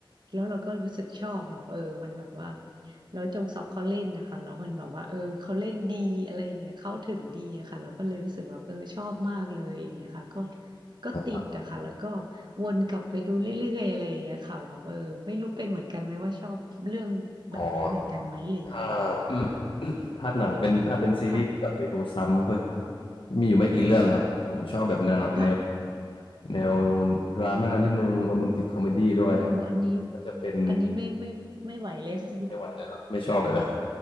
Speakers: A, on the right; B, on the left.
A: แล้วเราก็รู้สึกชอบแบบเออมันแบบว่าแล้วจงซอกเขาเล่นนะคะแล้วมันแบบว่าเออเขาเล่นดีอะไรอย่างเงี้ยเข้าถึงดีอะค่ะเราก็เลยรู้สึกแบบเออชอบมากเลยอย่างเงี้ยค่ะก็ก็ติดอะค่ะแล้วก็
B: เช้าอ่า
A: วนกลับไปดูเรื่อยๆอะไรอย่างเงี้ยค่ะแบบเออไม่รู้เป็นเหมือนกันไหมว่าชอบเรื่องแบบนี้เหมือนกันไหมหรือยังไงอะค่ะ
B: อ๋อถ้า <coughs> ถ้าหนังเป็นถ้าเป็นซีรีส์กลับไปดูซ้ำก็
A: ค่ะ
B: มีอยู่ไม่กี่เรื่องครับผมชอบแบบแนวแนว
A: ค่ะ
B: แนวดราม่านิดนึงโรแมนติกคอมเมดี้ด้วยอะไรเงี้ยก็จะเป็น
A: โอ้อันนี้อันนี้ไม่ไม่ไม่ไหวเลย <laughs> ค่ะ
B: ไม่ไหวเลยเหรอไม่ชอบเลยละ